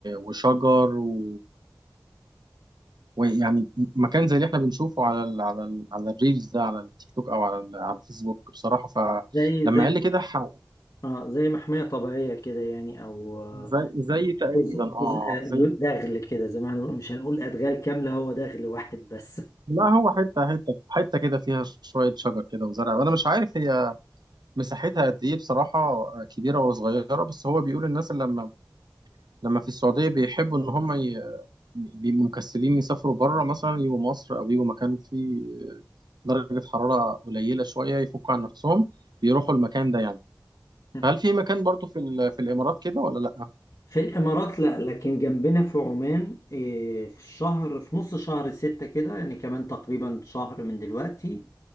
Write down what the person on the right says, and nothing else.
وشجر و... ويعني مكان زي اللي احنا بنشوفه على ال... على ال... على الريلز ده على التيك توك او على ال... على الفيسبوك بصراحة فلما
قال لي كده ح...
زي... زي تقريبا
اه
زي
لا هو حتة حتة حتة كده فيها شوية شجر كده وزرع وأنا مش عارف هي مساحتها قد إيه بصراحة كبيرة ولا صغيرة بس هو بيقول الناس اللي لما لما في السعودية بيحبوا إن هم ي- بيبقوا مكسلين يسافروا بره مثلا يجوا مصر أو يجوا مكان فيه درجة حرارة قليلة شوية يفكوا عن نفسهم بيروحوا المكان ده يعني
فهل في مكان برضو في ال- في الإمارات كده ولا لأ؟